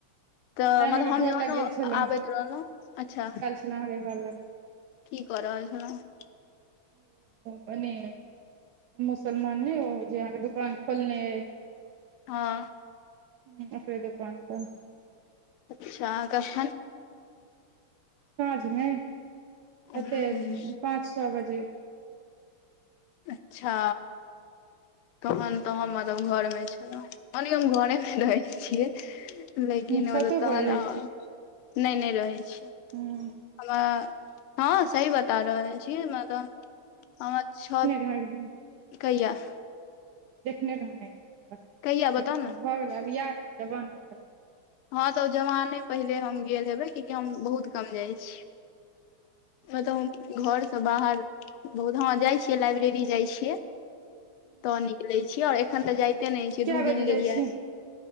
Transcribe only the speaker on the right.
आइ अहाँके
घर
लग गेल छलहुँ
<unintelligible>
मने मुसलमान ने ओ जे अहाँके दुकान फँलने अइ
हूँ ओकरे दुकान पर
साँझमे
कतेक पाँच छओ बजे।
छतो
पर
रहै
हूँ
<unintelligible>
देखने रहूँ न भऽ
गेलै
अब याह के जमाना भऽ गेलै।
कए
बजे जाइ
छियै